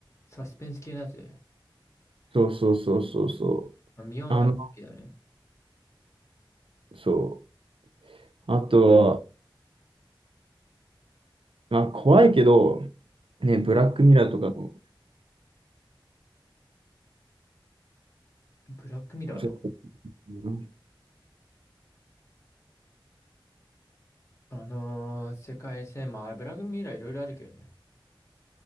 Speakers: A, on the left (about 35°); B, on the right (about 90°).
A: サスペンス系のやつ。
B: そうそうそうそうそう。
A: あ妙な好きだね。
B: あの、そう。あとまあ怖いけど、ね、ブラックミラーとかも、
A: ブラックミラーの、
B: ちょっと、うん
A: あのー世界線、まあ、ブラックミラーいろいろあるけどね。